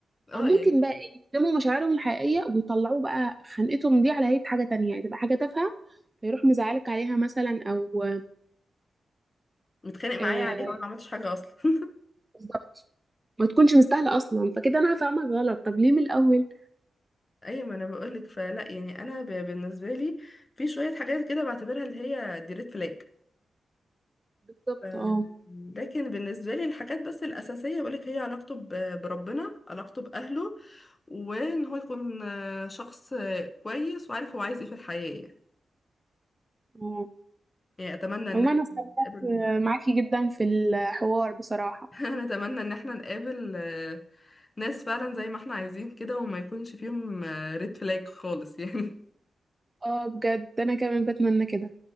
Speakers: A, on the left; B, on the right.
A: اه
B: أو ممكن
A: يعني
B: بقى إيه، يكتموا مشاعرهم الحقيقية ويطلعوا بقى خنقتهم دي على هيئة حاجة تانية يعني تبقى حاجة تافهة فيروح مزعلك عليها مثلا أو
A: متخانق معايا
B: آه
A: عليها وانا ما عملتش حاجه اصلا <laughs>
B: بالظبط ما تكونش مستاهله اصلا فكده انا هفهمك غلط طب ليه من الاول
A: ايوه ما انا بقولك فلا يعني انا ب- بالنسبه لي في شويه حاجات كده بعتبرها اللي هي دي ريد فلاج
B: بالظبط
A: ف-
B: اه
A: لكن بالنسبه لي الحاجات بس الاساسيه بقولك هي علاقته ب- بربنا علاقته باهله وان هو يكون آه، شخص آه، كويس وعارف هو عايز ايه في الحياه يعني
B: اه
A: يعني اتمنى ان
B: عموما
A: احنا
B: انا استمتعت
A: نقابل
B: معاكي جدا في الحوار بصراحه
A: <laughs> انا اتمنى ان احنا نقابل ناس فعلا زي ما احنا عايزين كده وما يكونش فيهم ريد فلاج خالص يعني
B: اه بجد انا كمان بتمنى كده